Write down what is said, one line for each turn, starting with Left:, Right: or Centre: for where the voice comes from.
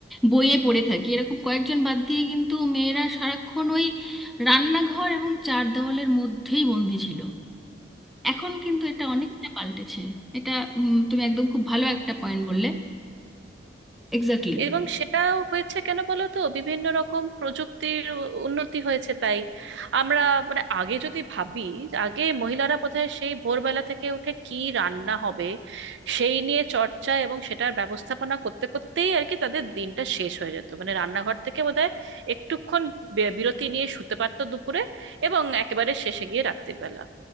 Centre: বইয়ে পড়ে থাকি এরকম কয়েকজন বাদ দিয়ে কিন্তু মেয়েরা সারাক্ষণ ওই রান্নাঘর এবং চার দেওয়ালের মধ্যেই বন্দি ছিল এখন কিন্তু এটা অনেকটা পাল্টেছে এটা উম, তুমি একদম খুব ভালো একটা পয়েন্ট বললে এক্স্যাক্টলি
Right: এবং সেটাও হয়েছে কেন বলো তো বিভিন্ন রকম প্রযুক্তির উ- উন্নতি হয়েছে তাই আমরা মানে আগে যদি ভাবি আগে মহিলারা বোধহয় সেই ভোরবেলা থেকে উঠে কি রান্না হবে সেই নিয়ে চর্চা এবং সেটার ব্যবস্থাপনা করতে করতেই আর কি তাদের দিনটা শেষ হয়ে যেত মানে রান্নাঘর থেকে বোধহয় একটুক্ষণ বে- বিরতি নিয়ে শুতে পারতো দুপুরে এবং একেবারে শেষে গিয়ে রাত্রিবেলা